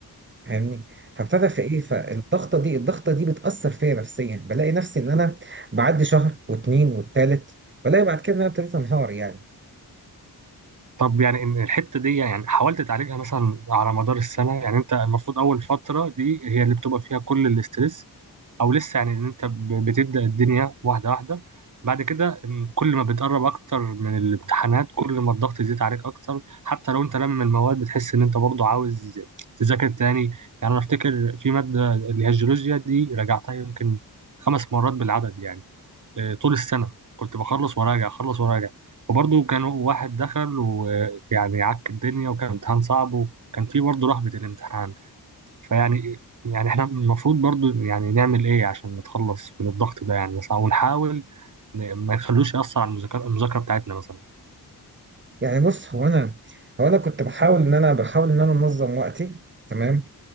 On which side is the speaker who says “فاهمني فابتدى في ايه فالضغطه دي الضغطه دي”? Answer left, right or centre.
Right